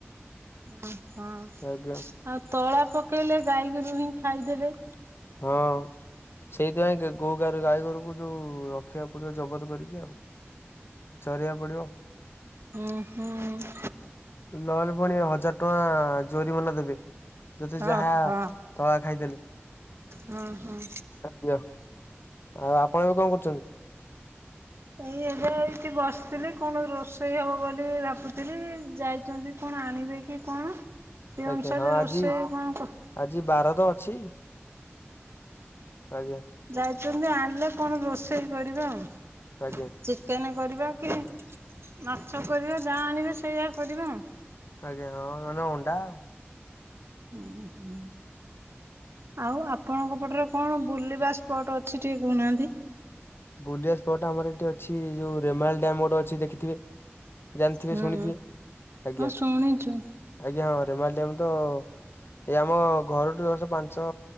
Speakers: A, on the right (about 65°); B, on the left (about 60°).
A: ଉଁ ହଁ
B: ଆଜ୍ଞା
A: ଆଉ ତଳା ପକେଇଲେ ଗାଈ ଗୋରୁ ହିଁ ଖାଇଦେବେ।
B: ହଁ। ସେଇଥିପାଇଁ ଗା ଗୋ ଗାର ଗାଈଗୋରୁକୁ ଯୋଉ ରଖିବାକୁ ପଡିବ ଜବତ କରିକି ଆଉ। ଚରିବାକୁ ପଡିବ।
A: ହଁ ହଁ।
B: ଲହେଲେ ପୁଣି ହଜାର ଟଙ୍କା ଜୋରି ମନା ଦେବି। ତୁ ତ ଯାହା
A: ଓହୋ।
B: ତଳା ଖାଇଦେଲେ।
A: ହଁ ହଁ।
B: ଆଜ୍ଞା ଆଉ ଆପଣ ଏବେ କଣ କରୁଚନ୍ତି।
A: ଏଇ ଏବେ ଏଇଠି ବସିଥିଲି କଣ ରୋଷେଇ ହବ ବୋଲି ଭାବୁଥିଲି ଯାଇ ଯନ୍ଦି କଣ ଆଣିବେ କି କଣ ସେ
B: ଆଜ୍ଞା
A: ଅନୁସାରେ
B: ହଁ ଆଜି
A: ରୋଷେଇ କଣ
B: ଆଜି ବାର ତ ଅଛି। ଆଜ୍ଞା
A: ଯାଇଛନ୍ତି ଆଣିଲେ କଣ ରୋଷେଇ କରିବା ଆଉ।
B: ଆଜ୍ଞା।
A: ଚିକେନ୍ କରିବା କି ମାଛ କରିବା ଯାହା ଆଣିବେ ସେଇଆ କରିବା।
B: ଆଜ୍ଞା ହଁ ନହଲେ ଅଣ୍ଡା ଆଉ।
A: ହୁଁ ହୁଁ ଆଉ ଆପଣଙ୍କ ପଟରେ କଣ ବୁଲିବା ସ୍ପଟ୍ ଅଛି ଟିକେ କହୁନାହାନ୍ତି।
B: ବୁଲିଆ ସ୍ପଟ୍ ଆମର ଏଠି ଅଛି ଯୋଉ ରେମାଲ ଡ୍ୟାମ୍ ଗୋଟେ ଅଛି ଦେଖିଥିବେ। ଜାଣିଥିବେ
A: ହୁଁ
B: ଶୁଣିଥିବେ ଆଜ୍ଞା
A: ହଁ ଶୁଣିଛୁ
B: ଆଜ୍ଞା ହଁ ରେମାଲ ଡ୍ୟାମ ତ ଏଇ ଆମ ଘରଠୁ ଦଶ ପାଞ୍ଚ